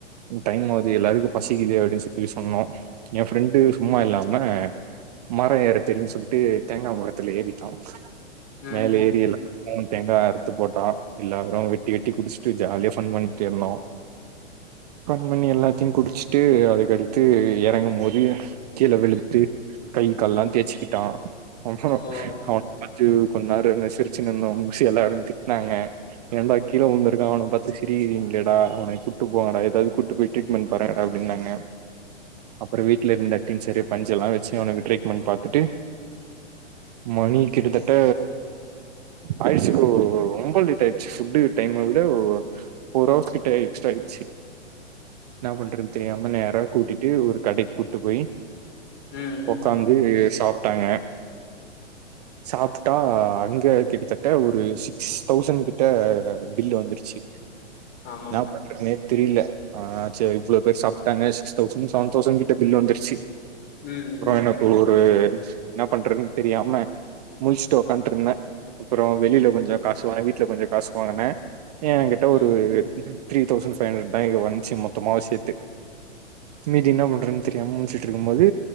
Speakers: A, on the right; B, on the left.
A: டைம் ஆகுது எல்லாருக்கும் பசிக்குது அப்படின்னு சொல்லி சொன்னோம் என் ஃப்ரெண்டு சும்மா இல்லாம மரம் ஏறத் தெரியும்னு சொல்லிட்டு தேங்காய் மரத்துல ஏறிட்டான்
B: ம்
A: மேல ஏரியல தேங்காய் அறுத்து போட்டா எல்லாரும் வெட்டி வெட்டி குடிச்சுட்டு ஜாலியா ஃபன் பண்ணிட்டு இருந்தோம் ஃபன் பண்ணி எல்லாத்தையும் குடிச்சுட்டு அதுக்கடுத்து இறங்கும் போது கீழ வெளுத்து கை கால்ல்லாம் தேய்ச்சுக்கிட்டான் அப்றம்
B: ஓ
A: அவன் <unintelligible> ஜு கொஞ்ச நேரம் இருந்து சிரிச்சு நின்னோ பிச்சு எல்லாரும் திட்டினாங்க என்டா கீழே உழுந்திருக்கா அவன பாத்து சிரிக்கிறீங்களேட அவன கூப்டு போங்கடா ஏதாவது கூட்டு போய் ட்ரீட்மெண்ட் பாருேங்கடா அப்டின்னாங்க அப்புறம் வீட்டுல இருந்த டின்ஜர் பஞ்செல்லா வச்சு அவனுக்கு ட்ரீட்மெண்ட் பாத்துட்டு மணி கிட்டத்தட்ட ஆயிடுச்சு ஃப்ரோ ரொம்ப லேட் ஆயிடுச்சு ஃபுட்டுக் டைம விட ஃபோர் ஹவர்ஸ் கிட்ட எக்ஸ்ட்ரா ஆயிடுச்சு என்ன பண்றேன்னு தெரியாம நேர கூட்டிட்டு ஒரு கடைக்கு கூட்டு போய்
B: ம் ம்
A: உக்காந்து சாப் டாங்க சாப்டா அங்க கிட்டத்த ட்ட ஒரு சிக்ஸ் தௌசண்ட் கிட்ட பில் வந்துருச்சு
B: ஆமாம்
A: என்னா
B: ப்ரோ
A: பண்றனதே தெரியல ஆ சரி இவள பேரு சாப்டாங்க சிஸ் தௌசண்ட் செவன் தௌசண்ட் கிட்ட பில் வந்துருச்சு
B: ம்
A: அப்புறம்
B: ம்
A: எனக்கு ஒரு என்ன பண்றன்னு தெரியாம முழிச்சுட்டு உக்காட்டு இருந்தேன் அப்புறம் வெளியில கொஞ்சம் காசுவாங்க வீட்டுல கொஞ்சம் காசு வாங்கன்னா ஏன் கிட்ட
B: ம்
A: ஒரு த்ரீ தௌசண்ட் ஃபைவ் ஹண்ட்ரட் த வந்துச்சு மொத்தமாவே சேத்து மீதி என்ன பண்றதுன்னு தெரியாம முழிச்சுட்டு இருக்கும் போது